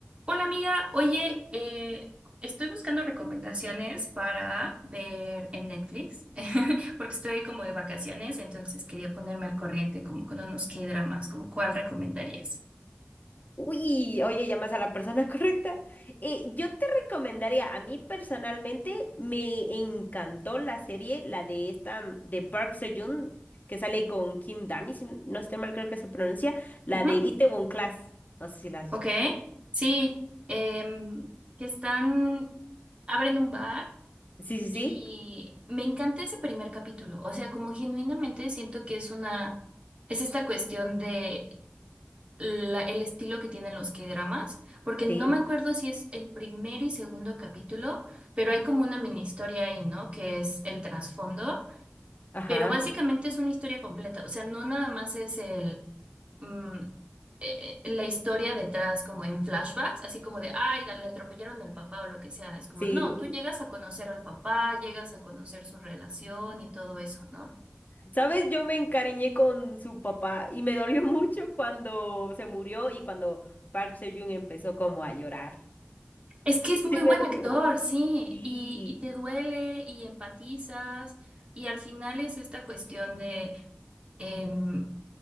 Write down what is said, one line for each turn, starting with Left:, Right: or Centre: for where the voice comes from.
Right: Hola amiga, oye, eh, estoy buscando recomendaciones para ver en Netflix, <laughs> porque estoy como de vacaciones, entonces quería ponerme al corriente como con unos K-dramas, como cuál recomendarías.
Left: Uy, oye, llamas a la persona <laughs> correcta. Eh, yo te recomendaría, a mí personalmente me encantó la serie, la de esta, mm, de Park Seo-joon, que sale con Kim Dami, si n- no estoy mal, creo que se pronuncia, la
Right: Ujú.
Left: de Itaewon Class. No sé si la has visto.
Right: Ok, sí, em, que están, abren un bar
Left: Sí, sí,
Right: y
Left: sí.
Right: me encanta ese primer capítulo, o sea, como genuinamente siento que es una, es esta cuestión de la- el estilo que tienen los K-dramas, porque no
Left: Sí,
Right: me acuerdo si es el primer y segundo capítulo, pero hay como una mini historia ahí, ¿no? Que es el trasfondo,
Left: ajá,
Right: pero básicamente es una historia completa, o sea, no nada más es el mm, eh, la historia detrás como en flashbacks, así como de, ay, la- le atropellaron el papá o lo que sea, es como,
Left: sí.
Right: no, tú llegas a conocer al papá, llegas a conocer su relación y todo eso, ¿no?
Left: ¿Sabes? Yo me encariñé con su papá y me dolió <laughs> mucho cuando se murió y cuando Park Seo-joon empezó como a llorar.
Right: Es que es muy
Left: Sí, me
Right: buen
Left: dolió.
Right: actor, sí,
Left: Sí.
Right: y, y te duele y empatizas y al final es esta cuestión de, em,